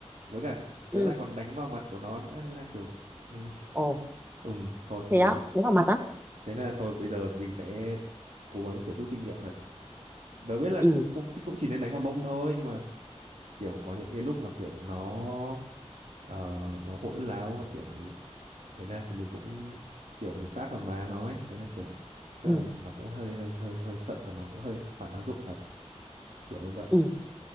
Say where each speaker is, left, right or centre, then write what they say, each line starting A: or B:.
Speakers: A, on the right; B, on the right.
A: với cả
B: ừ
A: tớ lại còn đánh vào mặt của nó nữa thế là kiểu ừ,
B: ồ
A: <laughs> ừm, thôi
B: thế
A: nhưng
B: á
A: mà
B: đánh vào mặt á
A: thế nên là thôi bây giờ mình sẽ cố gắng kiểu rút kinh nghiệm thật tớ biết là
B: ừ
A: cũng cũng cũng chỉ nên đánh vào mông thôi nhưng mà kiểu có những cái lúc mà kiểu nó ờ, nó hỗn láo và kiểu thế là thì mình cũng kiểu mình tát vào má nó ấy thế là kiểu chắc
B: ừ
A: là nó cũng hơi hơi hơi hơi sợ và nó cũng hơi phản tác dụng thật kiểu như vậy
B: ừ